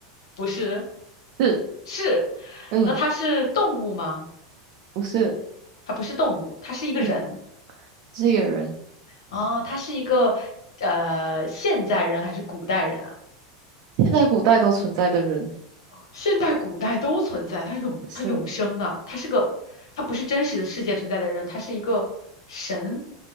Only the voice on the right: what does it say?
是，
嗯，
不是，
嗯，这个人，
现在古代都存在的人，
是，